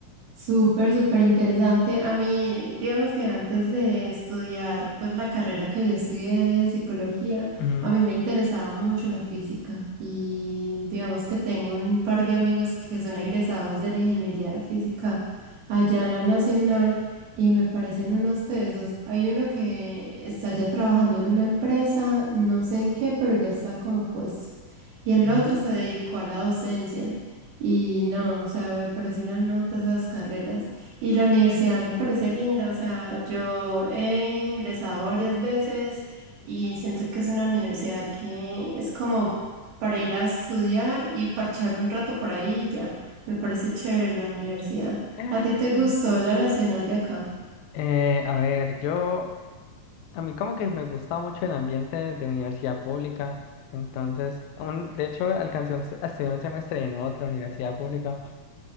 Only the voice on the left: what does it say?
Ujú,
ujú.
Ah,
pues,
sí. sí.
Eh, a ver, yo, a mí como que me gusta mucho el ambiente de universidad pública, entonces, un, de hecho, alcancé un se- a estudiar un semestre en otra universidad pública,